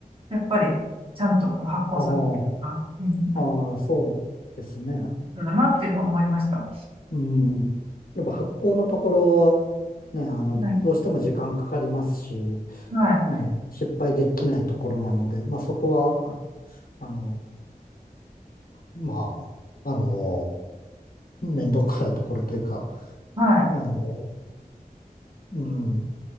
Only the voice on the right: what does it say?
やっぱりちゃんとこう発酵させてとか、
うん、
あっ
て、手間がかかるんだなっていうのは思いました。
はい。
はい。
はい。